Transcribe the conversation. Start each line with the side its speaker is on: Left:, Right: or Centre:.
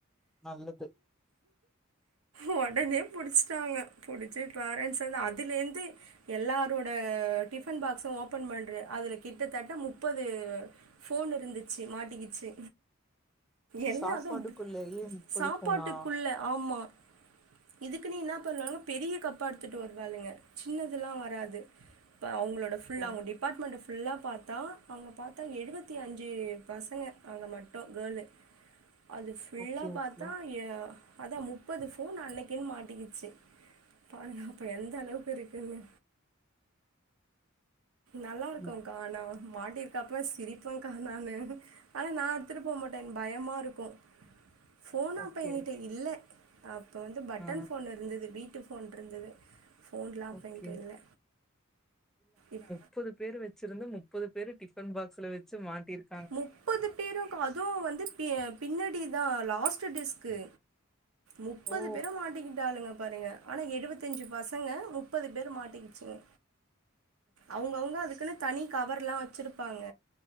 Centre: நல்லது
Right: உடனே புடிச்சுட்டாங்க புடிச்சு பேரண்ட்ஸ் வந்து அதுலே இந்து எல்லாரோட டிஃபன் பாக்ஸு ஓபன் பண்ற அதுல கிட்டத்தட்ட முப்பது போன் இருந்துச்சு மாட்டிக்குச்சு என்ன
Centre: சாப்பாடுக்குள்ளேயே
Right: அதும் சாப்பாட்டுக்குள்ள
Centre: ஃபோனா?
Right: ஆமா இதுக்குன்னே என்ன பண்ணாங்க பெரிய கப்பா எடுத்துட்டு வருவாளுங்க சின்னதுல்லா வராது இப்ப அவுங்களோட ஃபுல்
Centre: ஓ!
Right: அவுங்க டிப் டிப்பார்ட்மெண்ட்டு ஃபுல்லா பாத்தா அவுங்க பாத்தா எழுவத்தி அஞ்சு பசங்க அங்க மட்டு கேளு அது ஃபுல்லா
Centre: ஓகே,
Right: பாத்தா
Centre: ஓகே.
Right: எ அதா முப்பது போனு அன்னைக்குனு மாட்டிக்கிச்சு பாருங்க அப்ப எந்த அளவுக்கு இருக்குன்னு நல்லா இருக்கோங்கா
Centre: ம்.
Right: ஆனா மாட்டிருக்கா அப்புற சிரிப்பேன்க்கா நானு ஆனா நா எடுத்துட்டு போ மாட்டே எனக்கு பயமா இருக்கு போனு
Centre: ஓகே.
Right: அப்ப என் கிட்ட இல்ல அப் அப்போ வந்து பட்டன்
Centre: ஆ.
Right: போன்ல இருந்தது வீட்டு போன் இருந்தது ஃபோன்லா அப்ப
Centre: ஓகே.
Right: ஏன்ட்ட இல்ல இப்
Centre: முப்பது பேர் வச்சிருந்து முப்பது பேரு டிஃபன் பாக்ஸ்ல வச்சு மாட்டிருக்
Right: முப்பது பேருங்கா அதுவு வந்து பி-பின்னாடி தா லாஸ்டு டேஸ்க்கு முப்பது
Centre: ஓ!
Right: பேரு மாட்டிக்கிட்டாளுங்க பாருங்க ஆனா எழுவத் தஞ்சு பசங்க முப்பது பேரு மாட்டிக்கிச்சுங்க அவுங்க அவுங்க அதுக்குன்னு தனி கவர்லா வச்சுருப்பாங்க